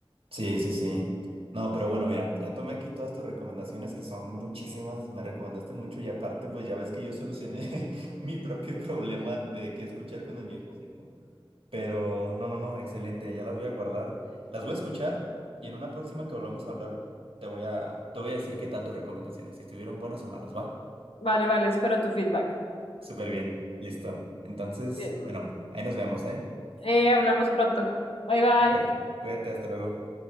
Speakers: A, on the right; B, on the left.
A: Sí, sí, sí. No, pero bueno, mira, ya tomé aquí todas tus recomendaciones, que son muchísimas, me recomendaste mucho y aparte, pues ya ves que yo solucioné <laughs> mi propio problema de qué escuchar con el viejecito. Pero no, no, no, excelente, ya las voy a guardar. Las voy a escuchar y en una próxima que volvamos a hablar, te voy a, te voy a decir qué tal tus recomendaciones, si estuvieron buenas o malas, ¿va?
B: Vale, vale, espero tu feedback.
A: Súper bien, listo. Entonces,
B: Bien.
A: bueno, ahí nos vemos, ¿eh?
B: Eh, hablamos pronto. Bye, bye.
A: Súper, cuídate, hasta luego.